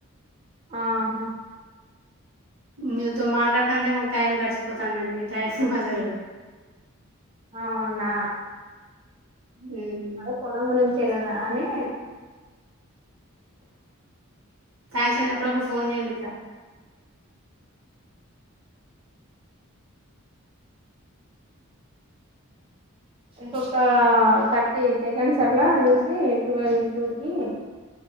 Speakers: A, on the right; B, on the right.
A: ఆహా
B: మీతో మాట్లాడుతాంటే మాకు టైం గడిచిపోతాందండి టైం అసలు
A: అవునా
B: హ్మ్.
A: మరీ పొలం గురించి తినవా అని
B: థ్యాంక్స్ అండి అప్పుడప్పుడు ఫోన్ చేయండి ఇట్లా
A: ఇంకొక థర్టీ సెకండ్స్ అట్లా చూసి ట్వెల్వ్ <unintelligible> కి